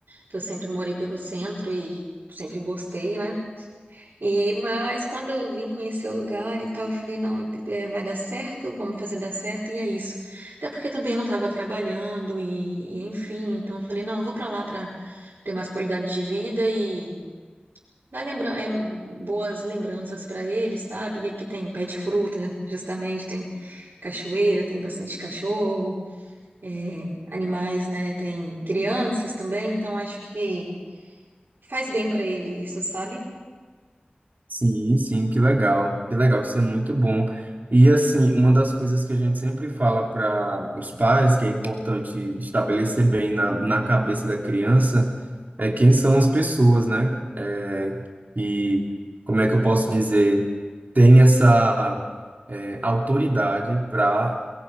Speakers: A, on the right; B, on the right.
A: que eu sempre morei pelo centro e sempre gostei, né? E, mas quando eu vim conhecer o lugar e tal, eu falei, não, é, vai dar certo, vamos fazer dar certo, e é isso. Até porque também eu não estava trabalhando e, e enfim, então eu falei, não, eu vou para lá para ter mais qualidade de vida e dar lembra é, boas lembranças para ele, sabe? E aqui tem pé de fruta, justamente, tem cachoeira, tem bastante cachorro, é, animais, né? Tem crianças também, então acho que faz bem para ele isso, sabe?
B: Sim, sim, que legal, que legal, isso é muito bom. E assim, uma das coisas que a gente sempre fala para os pais, que é importante estabelecer bem na, na cabeça da criança, é quem são as pessoas, né? É, e como é que eu posso dizer? tem essa é, autoridade para